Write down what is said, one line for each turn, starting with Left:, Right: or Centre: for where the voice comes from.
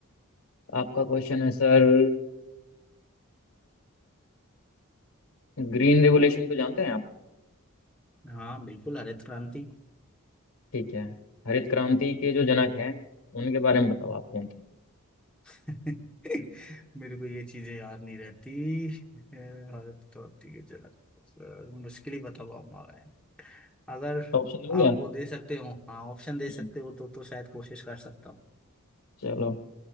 Left: आपका क्वेश्चन है सर ग्रीन रेवोल्यूशन को जानते हैं आप
Centre: हाँ बिल्कुल हरित क्रांति
Left: ठीक है हरित क्रांति के जो जनक हैं उनके बारे में बताओ आप कौन थे
Centre: <laughs> मेरे को ये चीजें याद नहीं रहती अ, हरित क्रांति के जनक सर, मुश्किल ही बता पाऊंगा मैं अगर
Left: ऑप्शन हो
Centre: आप
Left: गया
Centre: वो दे सकते हो हाँ ऑप्शन दे सकते
Left: हम्म,
Centre: हो तो तो शायद कोशिश कर सकता हूँ
Left: चलो